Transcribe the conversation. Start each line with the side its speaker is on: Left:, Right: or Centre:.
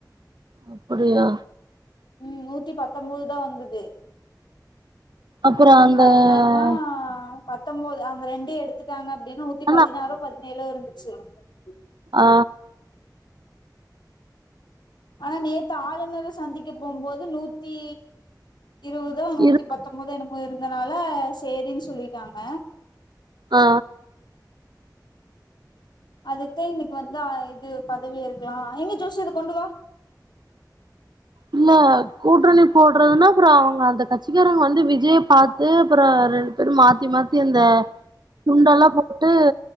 Right: அப்புடியா
Left: ம் நூத்தி பத்தொம்பதுதா வந்துது
Right: அப்றோ அந்த
Left: இப்ப அதனாலதா பத்தொம்பொது அந்த ரெண்டயு எடுத்துட்டாங்க அப்டின்னு நூத்தி
Right: ஆனா
Left: பதினாறோ பதினேழோ இருந்து <unintelligible>
Right: ஆ
Left: ஆனா நேத்து ஆளுநர சந்திக்க போம்போது நூத்தி இருவதோ நூத்தி
Right: இருக்கு
Left: பத்தம்போதோ என்னமோ இருந்தனால சேரின் சொல்லிட்டாங்க
Right: ஆ
Left: அதுக்தா இன்னைக்கு வந்து ஆ இது பதவி ஏற்கலா எங்க ஜோஷி அத கொண்டு வா
Right: இல்ல கூட்டணி போட்றதுனா அப்றோ அவுங்க அந்த கட்சிக்காரங்க வந்து வி ஜய பாத்து அப்ற ரெண்டு பேரூ மாத்தி மாத்தி அந்த துண்டெல்லா போட்டு